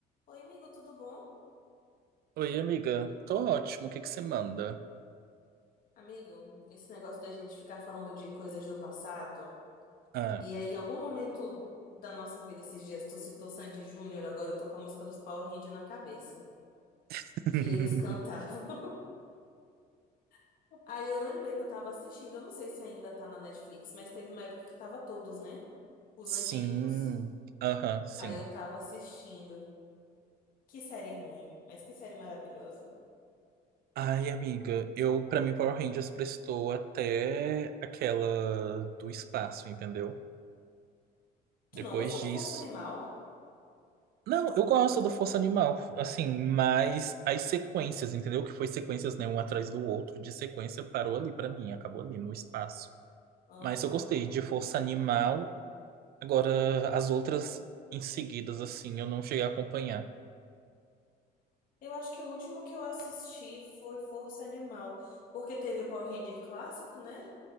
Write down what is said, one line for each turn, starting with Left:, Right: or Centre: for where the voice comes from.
Left: Oi, amigo, tudo bom?
Right: Oi, amiga. Tô ótimo. O que que você manda?
Left: Amigo, esse negócio da gente ficar falando de coisas do passado,
Right: Ah,
Left: e aí em algum momento da nossa vida esses dias, tu citou Sandy Júnior, agora eu tô com a música dos Power Rangers na cabeça,
Right: <laughs>
Left: que eles cantavam. <laughs> Aí eu lembrei que eu tava assistindo, eu não sei se ainda tá na Netflix, mas teve uma época que tava todos, né? Os
Right: sim.
Left: antigos.
Right: Aham, sim.
Left: Aí eu tava assistindo. Que série ruim, mas que série maravilhosa.
Right: Ai, amiga, eu, pra mim, Power Rangers prestou até aquela do espaço, entendeu? Depois
Left: Tu não gostou
Right: disso.
Left: do Força Animal?
Right: Não, eu gosto do Força Animal, assim, mas as sequências, entendeu? Que foi sequências, né, um atrás do outro, de sequência parou ali pra mim, acabou ali no espaço.
Left: Aham.
Right: Mas eu gostei de Força Animal. Agora, as outras em seguidas, assim, eu não cheguei a acompanhar.
Left: Eu acho que o último que eu assisti foi Força Animal, porque teve o Power Ranger clássico, né?